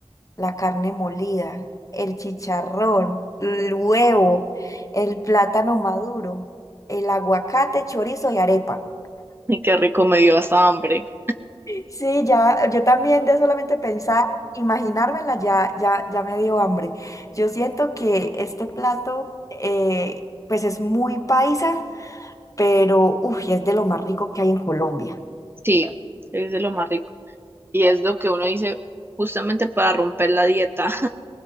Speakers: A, on the left (about 30°); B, on the right (about 20°).
A: la carne molida, el chicharrón, el huevo, el plátano maduro, el aguacate, chorizo y arepa.
B: Y qué rico me dio hasta hambre.
A: Sí, ya, yo también de solamente pensar, imaginármela, ya, ya, ya me dio hambre. Yo siento que este plato, eh, pues es muy paisa, pero uff, es de lo más rico que hay en Colombia.
B: Sí, es de lo más rico. Y es lo que uno dice justamente para romper la dieta.